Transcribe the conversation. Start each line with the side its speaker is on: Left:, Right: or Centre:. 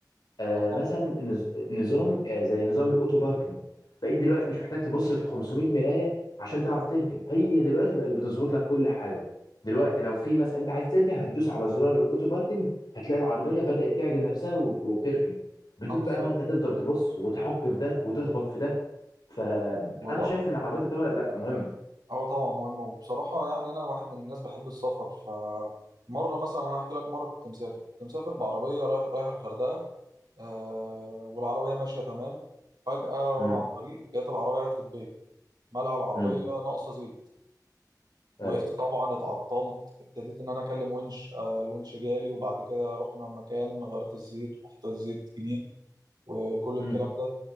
Left: آه،
Right: اه طبعا
Left: مثلا نز- نظام آه، زي نظام الاوتو باركنج بقيت دلوقتي مش محتاج تبص في 500 مرايه عشان تعرف تركن هي دلوقتي بقت بتظبط لك كل حاجه دلوقتي لو في مثلا انت عايز تركن هتدوس على زرار الاوتو باركنج هتلاقي العربيه بدات تعدل نفسها وب- وبتركن بدون
Right: اه بالظبط
Left: بقى ما انت تفضل تبص وتحك في ده وتخبط في ده فانا
Right: وبرضه
Left: شايف ان العربيات الكهرباء لا مهم
Right: اه طبعا مهمة وبصراحة يعني أنا واحد من الناس بحب السفر فمرة مثلا أنا أحكي لك مرة كنت مسافر كنت مسافر بعربية رايح رايح الغردقة آه والعربية ماشية تمام فجأة وأنا
Left: امم
Right: على الطريق لقيت العربية عطلت بيا مالها العربية
Left: امم
Right: ناقصة زيت وقفت
Left: ايوه
Right: طبعا اتعطلت ابتديت إن أنا أكلم ونش آه الونش جالي وبعد كده رحنا مكان غيرت الزيت وحطيت زيت جديد وكل الكلام
Left: امم
Right: ده